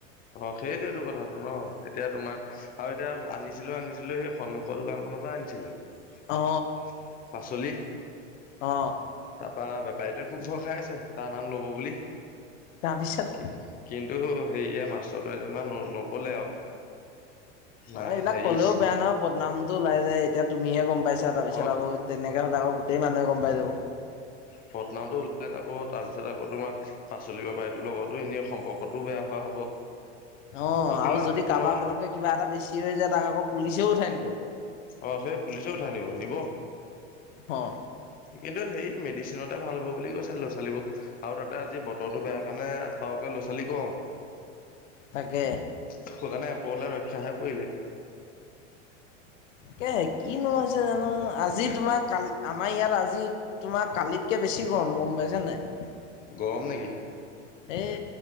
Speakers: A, on the left; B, on the left.
A: অ, সেইটোৱেটো কথাটো নহ এতিয়া তোমাৰ আৰু এতিয়া আনিছিলো আনিছিলো। সেই সন্মুখৰ দোকানখন। <unintelligible> আনিছিলে-পাচলি
B: অ অ
A: তাৰপৰা। বাইদেই খুব ভয় খাই আছে তাৰ নাম ল'ব বুলি।
B: তাৰপিছত।
A: কি কিন্তু সেইয়া মাষ্টৰটোৱে যেনিবা নকলে আৰু। নাই
B: অ এইবিলাক
A: হেৰি
B: ক'লেও বেয়া নহয় বদনামটো ওল যায় এতিয়া তুমিহে গম পাইছা তাৰ পিছত।
A: অ
B: <unintelligible> পিছত আকৌ তেনেকে হ'লে আকৌ গোটেই মানুহে গম পাই যাব।
A: বদনামটো ওলাই যাব তাৰপিছত আকৌ তোমাৰ পাচলি বেপাৰীটোৰ লগতো এনেই সম্পৰ্কতটোও বেয়া হোৱা। হ'ব।
B: অ
A: বাকী
B: আৰু
A: লাভ
B: যদি
A: একো
B: কাৰোবাৰ
A: নহয় নহয়
B: পতকে কিবা এটা বেছি হৈ যায় তাক আকৌ পুলিচেও উঠাই নিব।
A: অ সেই পুলিচে উঠাই নিব নিব।
B: অহ।
A: কিন্তু সেই মেডিচিনতে ভাল হ'ব বুলি কৈছে ল'ৰা-ছোৱালীবোৰ আৰু তাতে আজি বতৰটো বেয়া কাৰণে বাৰুকে। ছালিকম।
B: তাকে।
A: সেইকাৰণে এপৰলে ৰক্ষাহে পৰিলে।
B: তাকে কিনো হৈছে জানো আজি তোমাৰ কালি আমাৰ ইয়াত আজি তোমাৰ কালিতকে বেছি। গৰম গম পাইছা নাই।
A: গৰম নেকি।
B: এই